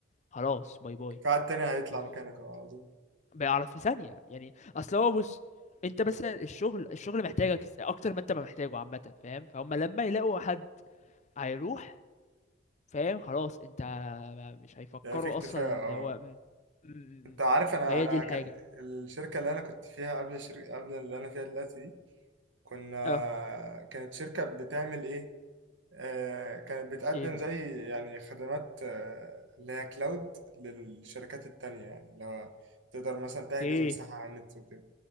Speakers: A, on the left; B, on the right.
A: خلاص باي باي
B: في حد تاني هيطلع
A: مش
B: مكانك اه على طول
A: بيعرف في ثانية يعني اصل هو بص انت بس الشغل الشغل محتاجك اكتر ما انت ما محتاجه عامة فاهم فهم لما يلاقوا حد هيروح فاهم خلاص انت ما- مش هيفكروا
B: يعني في اكتفاء
A: اصلا ان
B: اه
A: هو م- م- م-
B: انت
A: م.
B: عارف انا
A: فهي
B: انا
A: دي الحاجه
B: كان الشركه اللي انا كنت فيها قبل الشركه قبل اللي انا فيها دلوقتي دي كنا
A: اه
B: كانت شركة بتعمل ايه آه، كانت بتقدم
A: ايه بقى
B: زي يعني خدمات آه، اللي هي كلاود للشركات التانية يعني اللي هو تقدر مثلا تحجز
A: ايه
B: مساحة على النت وكده